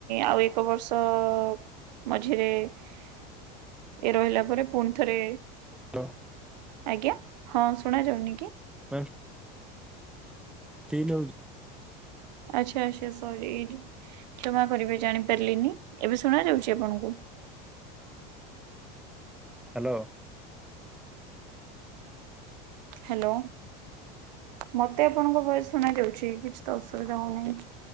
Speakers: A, on the right; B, in the centre.
A: ଆଉ ଏକ ବର୍ଷ ତ ମଝିରେ ଇଏ ରହିଲା ପରେ ପୁଣି ଥରେ
B: ହ୍ୟାଲୋ
A: ଆଜ୍ଞା ହଁ ଶୁଣାଯାଉନି କି?
B: ମ୍ୟାମ୍ ଷ୍ଟିଲ୍ ହଉଚି।
A: ଆଚ୍ଛା ଆଚ୍ଛା ସରି ଏଠି କ୍ଷମା କରିବେ ଜାଣିପାରିଲିନି ଏବେ ଶୁଣା ଯାଉଛି ଆପଣଙ୍କୁ?
B: ହ୍ୟାଲୋ।
A: ହ୍ୟାଲୋ ମତେ ଆପଣଙ୍କ ଭୟସ ଶୁଣା ଯାଉଚି କିଛି ତ ଅସୁବିଧା ହଉ ନେଇ।